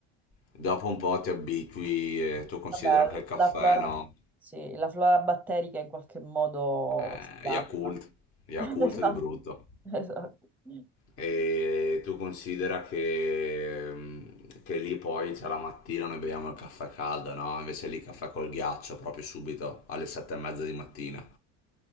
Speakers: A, on the left (about 45°); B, in the centre.
A: Dopo un po' ti abitui e tu considera
B: Vabbè,
A: anche il caffè,
B: la flora...
A: no?
B: Sì, la flora batterica in qualche modo
A: Eh,
B: si adatta.
A: Yakult, Yakult
B: <laughs> Esatto,
A: di brutto.
B: esatto. Eh,
A: E tu considera che, mm, che lì poi c'è la mattina, noi beviamo il caffè caldo, no? Invece lì caffè col ghiaccio proprio subito alle sette e mezza di mattina.